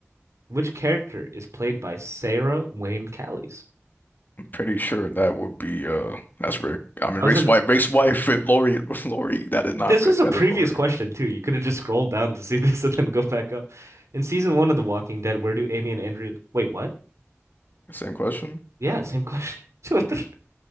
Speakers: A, on the right (about 85°); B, on the left (about 40°).
A: Which character is played by Sarah Wayne Callies?
B: I'm pretty sure that would be uh, that's Rick. I mean,
A: That was
B: Rick's
A: an
B: wife, Rick's wife, <laughs> Lori, Lori. That is not
A: this
B: Rick.
A: was a
B: That
A: previous
B: is Lori.
A: question too. You could have just scrolled down to see <laughs> this and then go back up. In season one of The Walking Dead, where do Amy and Andrew wait, what?
B: Same question.
A: Yeah, same question. <laughs> What the...